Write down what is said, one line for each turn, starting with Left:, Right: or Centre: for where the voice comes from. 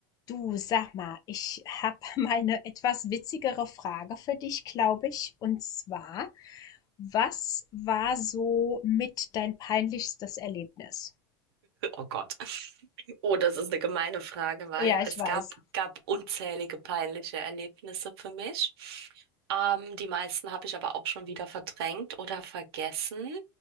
Left: Du, sag mal, ich habe <laughs> mal eine etwas witzigere Frage für dich, glaube ich. Und zwar, was war so mit dein peinlichstes Erlebnis?
Right: Oh Gott. Oh, das ist eine gemeine Frage, weil
Left: Ja, ich
Right: es
Left: weiß.
Right: gab, gab unzählige peinliche Erlebnisse für mich. Ähm, die meisten habe ich aber auch schon wieder verdrängt oder vergessen.